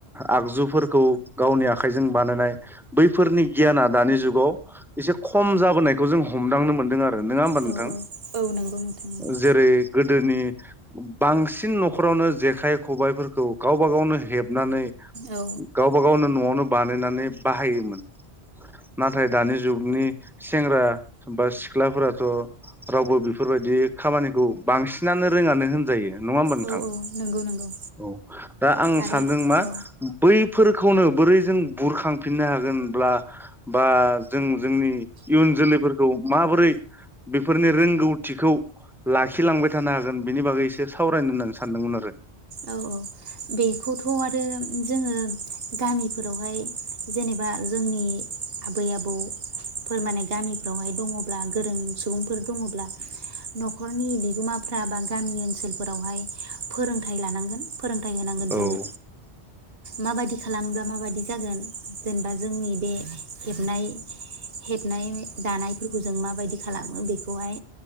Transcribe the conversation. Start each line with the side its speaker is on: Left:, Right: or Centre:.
Centre: आगजुफोरखौ गावनि आखाइजों बानायनाय बैफोरनि गियान दानि जुगाव एसे खम जाबोनायखौ जों हमदांनो मोनदों आरो नङा होमबा नोंथां
Right: औ औ नंगौ नोंथां नंगौ
Centre: जेरै गोदोनि बांसिन न'खरावनो जेखाइ खबाइफोरखौ गावबा गावनो हेबनानै
Right: औ
Centre: गावबा गावनो नवावनो बानायनानै बाहायोमोन नाथाय दानि जुगनि सेंग्रा बा सिख्लाफोराथ' रावबो बेफोरबायदि खामानिखौ बांसिनानो रोङानो होनजायो नङा होमबा नोंथां
Right: औ औ नंगौ नंगौ
Centre: औ दा आं
Right: आरो
Centre: सानदों मा
Right: औ
Centre: बैफोरखौनो बोरै जों बुरखांफिननो हागोनब्ला बा जों जोंनि इयुन जोलैफोरखौ माबोरै बेफोरनि रोंगौथिखौ लाखिलांबाय थानो हागोन बिनि बागै एसे सावरायनो होननानै सानदोंमोन आरो
Right: औ औ बेखौथ' आरो जोङो गामिफोरावहाय जेनेबा जोंनि आबै आबौफोर माने गामिफ्रावहाय दङब्ला गोरों सुबुंफोर दङब्ला न'खरनि बिगोमाफ्रा बा गामि ओनसोलफोरावहाय फोरोंथाइ लानांगोन फोरों होनांगोन
Centre: आरो
Right: जोङो माबायदि खामब्ला दा माबायदि जागोन जेनेबा जोंनि बे हेबनाय हेबनाय दानायफोरखौ जों माबायदि खालामो बेखौहाय